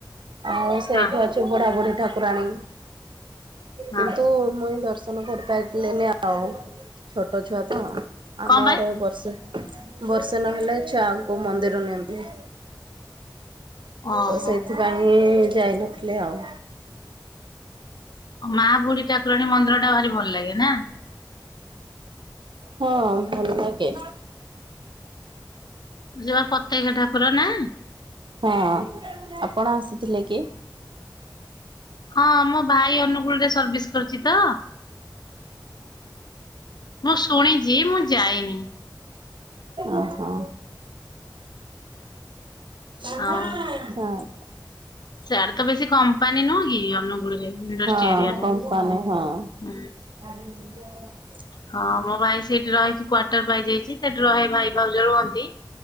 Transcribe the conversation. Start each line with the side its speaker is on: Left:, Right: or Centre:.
Right: ଆଉ ସେଇଠି
Left: ହଁ
Right: ଅ ବୁଢା ବୁଢି ଠାକୁରାଣୀ
Left: ହଁ
Right: କିନ୍ତୁ ମୁଇଁ ଦର୍ଶ ନ କରିପାରିଲେନି ଆଉ ଛୋଟ ଛୁଆ ତ
Left: କଣ
Right: ଆମ
Left: ପାଇଁ
Right: ଆଡେ ବର୍ଷେ ବର୍ଷେ ନହେଲେ ଛୁଆଙ୍କୁ ମନ୍ଦିର ନିଅନ୍ତିନି।
Left: ଓହୋ।
Right: ତ ସେଇଥିପାଇଁ କି ଯାଇନଥିଲେ ଆଉ।
Left: ମା ବୁଢୀ ଠାକୁରାଣୀ ମନ୍ଦିର ଟା ଭାରି ଭଲ ଲାଗେ ନା?
Right: ହଁ ଭଲ ଲାଗେ।
Left: ଯିବା ପ୍ରତ୍ୟକ୍ଷ ଠାକୁର ନା?
Right: ହଁ ଆପଣ ଆସିଥିଲେ କି?
Left: ହଁ ମୋ ଭାଇ ଅନୁଗୁଳରେ ସର୍ବିସ୍ କରୁଚି ତ! ମୁଁ ଶୁଣିଛି ମୁଁ ଯାଇନି।
Right: ଓ ହୋ। ହ
Left: ଆଉ
Right: କ <inaudible>
Left: ସିଆଡେ ତ ବେଶୀ କମ୍ପାନୀ ନୁହଁ କି ଅନୁଗୁଳରେ ଇଣ୍ଡଷ୍ଟ୍ରି
Right: ହଁ
Left: ଏରିଆ ଟା
Right: କମପାନୀ ହଁ।
Left: ହୁଁ।
Right: ଆ <inaudible>
Left: ହଁ ମୋ ଭାଇ ସେଇଠି ରହିକି କ୍ଵାର୍ଟର ପାଇଯାଇଛି, ସେଠି ରହେ ଭାଇ ଭାଉଜ ରୁହନ୍ତି।